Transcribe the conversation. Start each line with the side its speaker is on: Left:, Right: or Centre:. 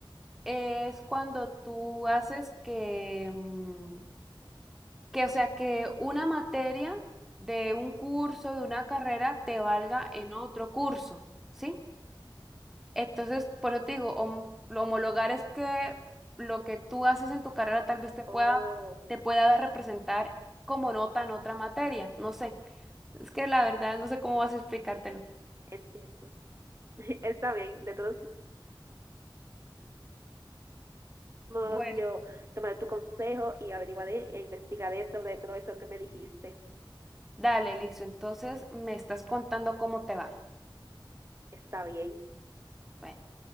Centre: es cuando tú haces que, mm, que, o sea, que una materia de un curso, de una carrera, te valga en otro curso, ¿sí? Entonces, por eso te digo, hom- lo homologar es que lo que tú haces en tu carrera tal vez te pueda,
Right: Oh,
Centre: te pueda dar- representar como nota en otra materia, no sé. Es que la verdad no sé cómo vas a explicártelo.
Right: entiendo. <laughs> Está bien. De todos modos,
Centre: Bueno,
Right: yo tomaré tu consejo y averiguaré e investigaré sobre todo eso que me dijiste.
Centre: dale, listo. Entonces, me estás contando cómo te va.
Right: Está bien.
Centre: Bueno.